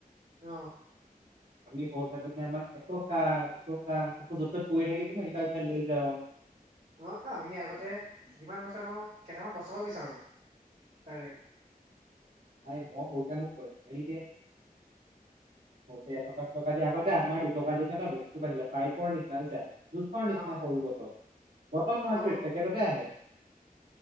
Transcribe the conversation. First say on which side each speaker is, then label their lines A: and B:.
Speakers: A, on the right (about 60°); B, on the right (about 80°).
A: অ'।
B: আমি সৰু থাকোঁতে আমাক এটকা টকা আকৌ য'ত ত'ত পৰি থাকিব সেইকেইটা উঠাই লৈ যাওঁ।
A: অ, অ, আমি আগতে যিমান পইচা মই কেইটামান বচাব বিচাৰোঁ তাৰে।
B: ময়ে মোক সৰুতে মোক পইচা নিদিয়ে সৰু তে এটকা দি আগতে আমাৰ দুটকা দিম এটা বস্তু পাঢ়িলে পাইপৰ নিচিনা বুজিছা। জুচৰ
A: অ
B: নিচিনা সৰু বটল-বটল নহয়
A: অ
B: চৰিত পেকেটতে আহে।